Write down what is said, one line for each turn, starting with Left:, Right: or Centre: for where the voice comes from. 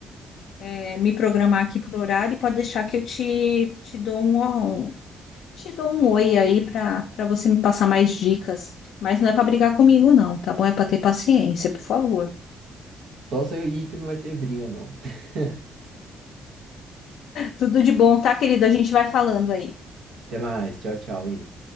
Left: é, me programar aqui por horário e pode deixar que eu te, te dou um, Te dou um oi aí para para você me passar mais dicas, mas não é para brigar comigo, não, tá bom? É para ter paciência, por favor.
Right: Só você ir que não vai ter briga, não. <laughs>
Left: Tudo de bom, tá, querido? A gente vai falando aí.
Right: Até mais. Tchau, tchau, Aline.